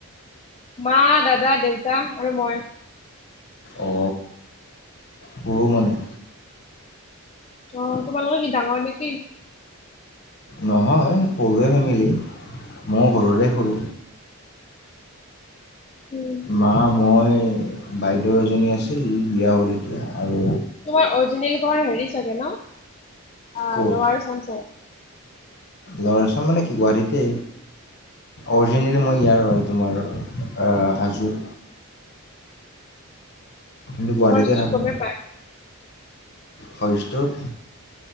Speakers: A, on the left; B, on the left.
A: মা, দাদা, দেউতা আৰু মই
B: অ সৰু মানে
A: অ তোমাৰ লোকৰ কি ডাঙৰ নেকি
B: নহয় সৰু য়ে ফেমিলি মই ঘৰৰে সৰুঁ
A: উম
B: মা মই বাইদেউ এজনী আছিল বিয়া হ'ল এতিয়া আৰু
A: তোমাৰ অৰিজিনেল ঘৰ হেৰি চাগে ন'
B: ক'ত
A: লৱাৰ আচাম?
B: লৱাৰ আচাম মানে কি গুৱাহাটীতে। অৰিজিনেলি মই ইয়াৰ হয়, তোমাৰ হাজো। গুৱাহাটীতে
A: ভইচটোত
B: থাকোঁ,
A: গমেই পায়
B: ভইচটোত